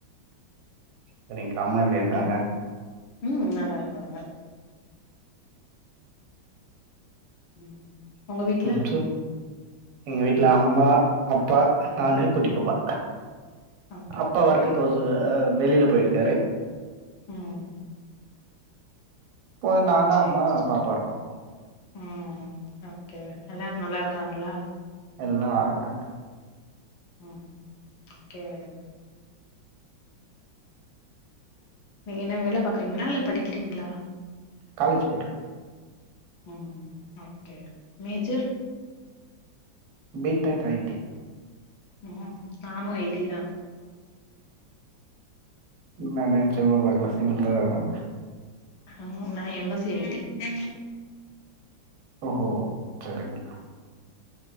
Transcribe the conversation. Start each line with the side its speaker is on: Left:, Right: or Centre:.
Right: செரிங்க அம்மா எப்டி இருக்காங்க
Left: அப்றோ ம் நல்லா இருக்காங்க உம் உங்க வீட்ல
Right: ம் சொல் எங்க வீட்ல அம்மா அப் அப்பா நானு
Left: ம்
Right: குட்டி பாப்பா
Left: ஓகே
Right: அப்பா
Left: ஓகே
Right: வர்க்கு வந்து அ வெளியில போயிருக்காரு
Left: உம்
Right: இப்ப நானு
Left: சேரி
Right: அம்மா
Left: சேரி
Right: பாப்பா இருக்கோ
Left: ம் ஓகே எல்லாரு நல்லா இருக்காங்களா
Right: எல்லா நல்லார்காங்க
Left: உம் ஒக்கே நீங்க என்ன வேல பாக்குறீங்களா இல்ல படிக்கிறீங்களா
Right: காலேஜ் படிக்குற
Left: உம் okay major
Right: B tech I T
Left: உம் நானு ஐ டி தா
Right: நா நெச்சுகூட பாக்கலா <unintelligible>
Left: ஆஹ் நா எம் எஸ் சி ஐடி உம்
Right: ஓஹோ சரிங்க